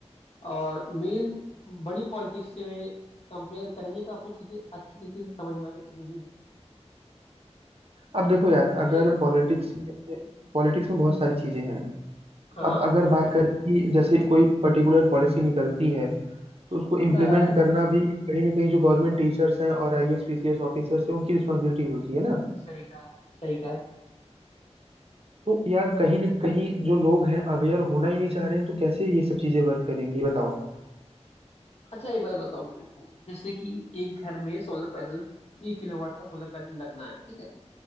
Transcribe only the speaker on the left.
और मेन बड़ी पॉलिटिक्स से में कंपेयर करेंगे तो आपको चीजें अच्छी तरीके से समझ में आने लगेंगी
तो
यार
हाँ
हाँ
सही कहा सही कहा
अच्छा एक बार बताओ मेरे को जैसे कि एक घर में सोलर पैनल थ्री किलोवाट का सोलर पैनल लगना है ठीक है